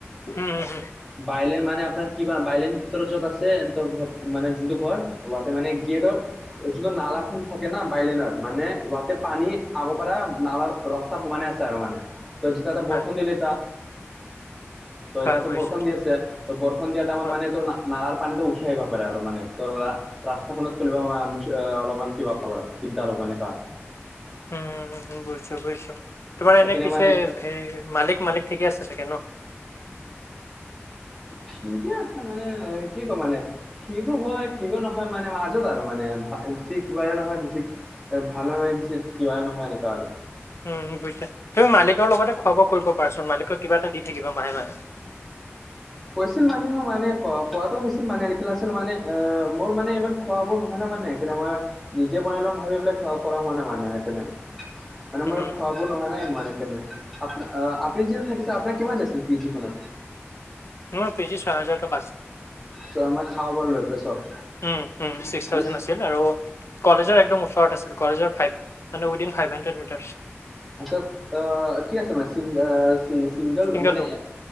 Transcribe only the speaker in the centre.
বাইলেন মানে আপোনাৰ কিবা বাইলেন ভিতৰত য'ত আছে ত ঘৰ, মানে যোনটো ঘৰ বা মানে গেটৰ যোনটো নাল খন থাকে না বাইলেনৰ, মানে ৱাতে পানী আগৰ পাৰা নালাৰ ৰাস্তাৰ সমানে আছে আৰু মানে। ত' যে তাতে বৰ্ষণ
দিলটা, ত'
এতাতো
বৰ্ষণ দি আছে। ত' বৰ খন দিয়া টাইমত
মানে তোৰ না-নালাৰ পানীতটো উঠি আহিবা পাৰে আৰু মানে তা ৰাস্তাখনত চলিবা <unintelligible> অলপমান কিবা দিগদাৰ হব এনেকা।
সেইকাৰণে
মানে
ঠিকে আছে মানে, কি কম মানে। ঠিকো হয়, ঠিকো নহয়, মানে মাজত আৰু মানে বিছি কিবাও, নহয় বিছি ভালো নে পিছে কিয়াই নহয় এনেকা আৰু।
কৈছিল মানুহে মানে ক-কোৱাটো হৈছিল মানে লিখিলাচোন মানে আ, মোৰ মানে ইমান খোৱা-বোৱা নহয় নাই মানে, সেই কাৰণে মই নিজে বনাই লম ভাবি পেলাই কৰা হোৱা নাই মানে সেই কাৰণে। মানে
মোৰ খোৱা। নহয় নাই ম আ আপনি যদি থাকিছে আপোনাৰ কিমান আছিল পি জি খনত।
চ' আমাৰ খাব ব লৈ পে চব।
মানে
তাৰছত কি আছে মেচিংগল চিংগল
মানে।